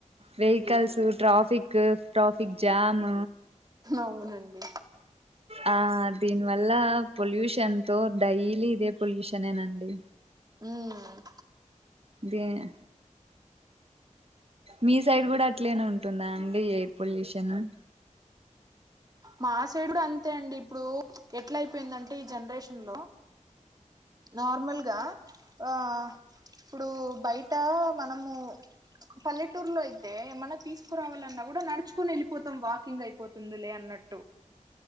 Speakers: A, on the right (about 50°); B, on the right (about 30°).
A: వెహికల్సు, ట్రాఫిక్, ట్రాఫిక్ జామ్
B: అవునండి.
A: ఆ దీనివల్ల పొల్యూషన్ తో డైలీ ఇదే పొల్యూషన్ ఏనండి
B: ఉమ్
A: ఫ్రీ అయినా మీ సైడ్ కూడా అట్లనే ఉంటుందా అండి ఎయిర్ పొల్యూషన్.
B: మా సైడు కూడా అంతే అండి ఇప్పుడు ఎట్లా అయిపోయిందంటే ఈ జనరేషన్ లో నార్మల్గా ఆ ఇప్పుడు బయట మనము పల్లెటూర్లో అయితే ఏమన్నా తీసుకురావాలన్నా కూడా నడుచుకొని వెళ్ళిపోతాం వాకింగ్ అయిపోతుందిలే అన్నట్టు అన్నట్టు